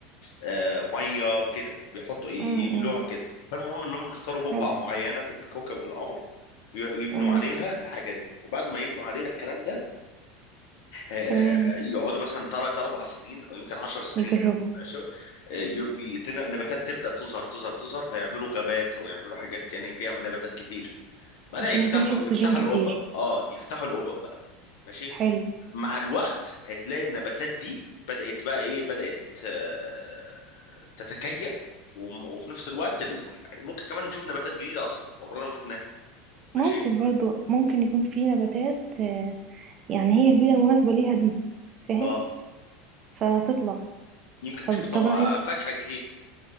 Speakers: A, on the left (about 65°); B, on the right (about 30°).
A: آه، مية كده بيحطوا يملوها
B: م -م.
A: كده فالمهم انهم يختاروا بقعة
B: حلو
A: معينة في الكوكب في القمر ي- يبنوا
B: م
A: عليها الحاجة دي وبعد ما يبنوا عليها الكلام ده آه،
B: تمام
A: يقعدوا مثلا تلات أربع سنين أو يمكن عشر سنين
B: يجربوا
A: ماشي آه، ي- ي- تن- نباتات تبدأ تظهر تظهر تظهر فيعملوا غابات أو يعملوا حاجات يعني فيها نباتات كتير بدأ
B: عشان
A: يفتحوا
B: يكون في أكسجين
A: يفتحوا
B: كتير
A: الأوبب اه يفتحوا الأوبب بقى ماشي
B: حلو
A: مع الوقت هتلاقي النباتات دي بدأت بقى ايه بدأت آه، تتكيف وم- وفي نفس الوقت ال... ممكن كمان نشوف نباتات جديدة أصلا عمرنا ما شفناها
B: ممكن
A: ماشي
B: برضو ممكن يكون في نباتات آه، يعني هي البيئة المناسبة ليها دي فاهم
A: اه
B: فتطلع
A: يمكن نشوف
B: طب
A: طبعا
B: طب انا عايزه
A: فاكهة جديدة